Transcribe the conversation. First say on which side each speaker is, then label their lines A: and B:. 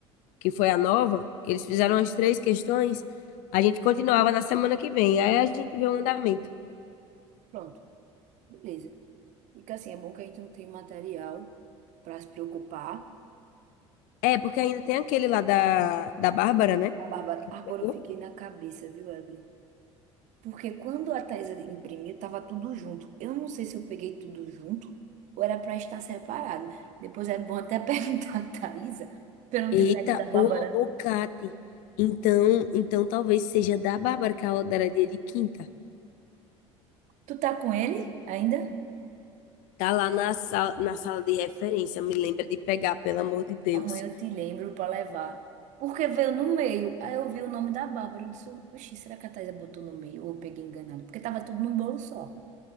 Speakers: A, on the left; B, on the right.
A: que foi a nova, que eles fizeram as três questões, a gente continuava na semana que vem. Aí a gente vê o andamento.
B: Pronto, beleza. Fica assim, é bom que a gente não tem material para se preocupar.
A: É, porque ainda tem aquele lá da, da Bárbara, né?
B: A Bárbara,
A: Que
B: agora
A: tu pegou.
B: eu fiquei na cabeça, viu, Evelyn? Porque quando a Thaisa imprimiu, tava tudo junto. Eu não sei se eu peguei tudo junto ou era para estar separado. Depois é bom até <laughs> perguntar a Thaisa, para não
A: Eita,
B: ter pego da Bárbara.
A: ô, ô, Cate. Então, então talvez seja da Bárbara que a aula dela é dia de quinta.
B: Tu tá com ele ainda?
A: Tá lá na sala, na sala de referência. Me lembra de pegar, pelo amor de Deus.
B: Amanhã eu te lembro pra levar. Porque veio no meio. Aí eu vi o nome da Bárbara. Eu disse, oxi, será que a Thaisa botou no meio? Ou eu peguei enganado? Porque tava tudo num bolo só.